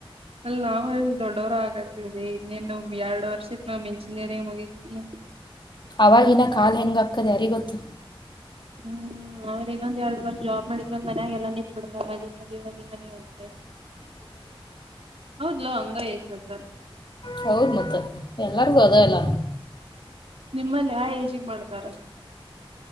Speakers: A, on the right; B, on the left.
A: ಅಲ್ಲಿ ನಾವವುಲ್ಲಿ ದೊಡ್ಡವರು ಆಗತವಿ ಇನ್ನೇನ್ ಎರಡ್ ವರ್ಷ ನಮ್ ಇಂಜಿನಿಯರಿಂಗ್ ಮುಗೀತ್ ಹ್ಮ್
B: ಅವವಾಗಿನ ಕಾ ಹೆಂಗ ಹಾಕದೆ ಅರಿ ಗೊತ್ತು
A: ಹ್ಮ್ ಹ್ಮ ಆಮೇಲೆ ಇನ್ನೊಂದ ಎರಡು ವರ್ಷ ಜಾಬ್ ಮಾಡಿದ ಮೇ ಮಯಾಗಲ್ಲ ನಿಂತತ್ ಬಿಡ್ತಾ ಮವಿ ಹೌದಲ ಹಂಗ ಏ ಮತ್ತ
B: ಹೌದ ಮತ್ತ ಎಲ್ಲಾರು ಹೋದ ಎಲ್ಲ
A: ನಿಮ್ಮಲ್ಲಿ ಯಾವ ಏಜಿಗೆ ಮಾಡ್ತಾರ